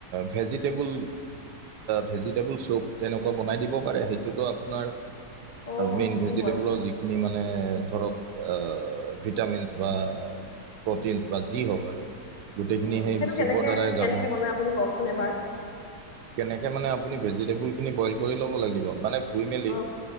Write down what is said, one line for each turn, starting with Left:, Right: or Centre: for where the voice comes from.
Right: ভেজিটেবল ভেজিটেবল চুপ তেনেকুৱা বনাই দিব পাৰে সেইটো এইটোতো আপোনাৰ
Left: অ
Right: মেইন
Left: সেইটো
Right: ভেজিটেবলৰ
Left: হয়
Right: যিখিনি মানে ধৰক ভিটামিনছ বা প্ৰ'টিনছ বা যি হওক আৰু গোটেইখিনি
Left: উম
Right: সেই
Left: সেইটো
Right: চুপৰ
Left: কেনেকে
Right: দ্বাৰাই
Left: কেনেকে
Right: গাব
Left: বনাই আপুনি কওকচোন এবাৰ
Right: কেনেকে মানে আপুনি ভেজিটেবল বই' ল মান ধই মি
Left: অ